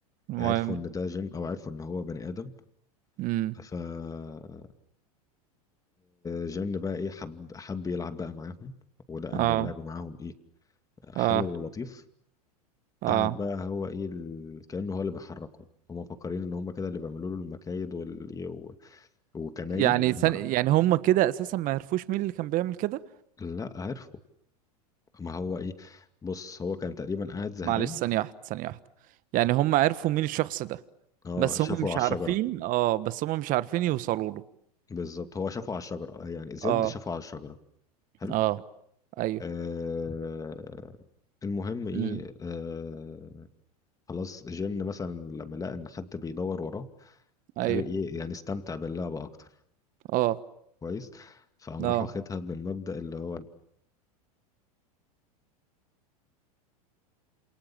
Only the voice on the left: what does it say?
عرفوا ان ده جن او عرفوا ان هو بني ادم
ف آه، جن بقى ايه حب حب يلعب بقى معاهم ولقى
ان اللعب معاهم ايه حلو
ولطيف
قعد بقى هو ايه ال... كأنه هو اللي بيحركهم هم مفكرين ان هم كده اللي بيعملوا له المكايد وال... و... وكماين
هم...
لا عرفوا ما هو ايه بص هو كان تقريبا قاعد زهقان
اه
شافه
على الشجرة
بالظبط هو شافه على الشجرة يعني زد
شافه على الشجرة حلو
آه المهم ايه
آه خلاص جن مثلا لما لقى ان حد بيدور وراه
قال ايه يعني استمتع باللعبة اكتر
كويس فقام راح
واخدها من مبدأ اللي هو